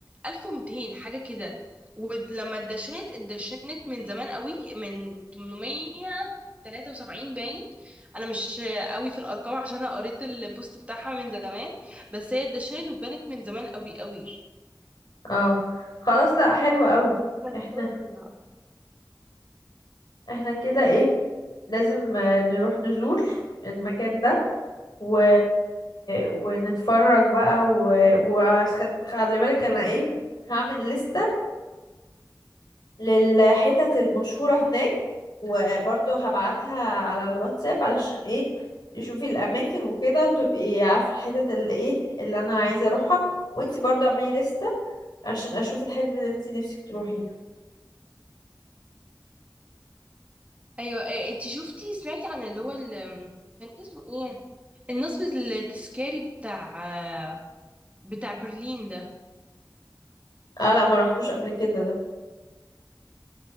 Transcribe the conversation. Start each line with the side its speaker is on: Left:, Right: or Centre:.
Right: 1200 حاجة كده ولما اتدشنت اتدشنت من زمان قوي من 873 باين انا مش قوي في الارقام عشان انا قريت البوست بتاعها من زمان بس هي اتدشنت واتبنت من زمان قوي قوي
Left: اه خلاص لا حلو قوي
Right: بنت
Left: احنا
Right: أولها.
Left: احنا كده ايه لازم آه، نروح نزور المكان ده و... ونتفرج بقى وخلي و... وخد... خلي بالك انا ايه هعمل لستة للحتت المشهورة هناك وبرضه هبعتها على الواتساب علشان ايه تشوفي الاماكن وكده وتبقي عارفة الحتت اللي ايه اللي انا عايزة اروحها وانتي برضه اعملي لستة عشان اشوف الحتت اللي انتي نفسك تروحيها
Right: ايوه إيه انت شفتي سمعتي عن اللي هو ال- كان اسمه ايه النصب التذكاري بتاع بتاع برلين ده
Left: اه لا ما رحتوش قبل كده ده